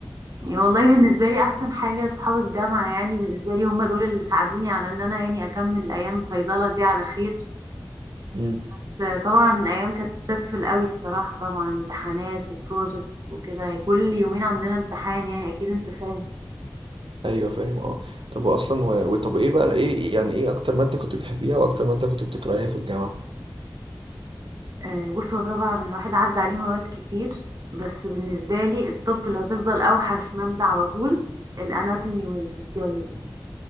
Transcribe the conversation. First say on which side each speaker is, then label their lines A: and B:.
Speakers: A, on the right; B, on the right.
A: يعني والله بالنسبة لي أحسن حاجة أصحاب الجامعة يعني بالنسبة لي هم دول اللي ساعدوني على إن أنا يعني أكمل أيام صيدلة دي على خير
B: امم
A: بس طبعا أيام كانت ستريسفul قوي الصراحة طبعا امتحانات وبروجكتس وكده يعني كل يومين عندنا امتحان يعني أكيد أنت فاهم
B: ايوه فاهم اه طب اصلا و... وطب ايه بقى ايه يعني ايه اكتر ماده كنت بتحبيها واكتر ماده كنت بتكرهيها في الجامعه
A: آه، بص هو طبعا الواحد عدى عليه مواد كتير بس بالنسبة لي الطب اللي هتفضل أوحش مادة على طول الأناتومي والفسيولوجي